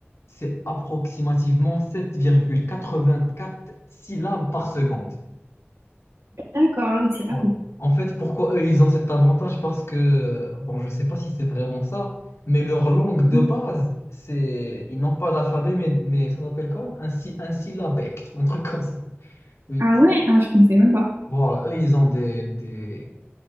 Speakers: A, on the left; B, on the right.
A: c'est approximativement 7,84 syllabes par seconde.
B: D'accord, ah oui, c'est rapide.
A: Voilà. En fait, pourquoi eux, ils ont cet avantage? Parce que, bon, je ne sais pas si c'est vraiment ça, mais leur langue de
B: Ouais.
A: base, c'est, ils n'ont pas d'alphabet, mais, mais ça s'appelle quoi? Un, sy- un syllabèque, un truc comme ça. Oui,
B: Ah
A: tu vois.
B: ouais, ah, je connaissais même pas.
A: Voilà, eux, ils ont des, des,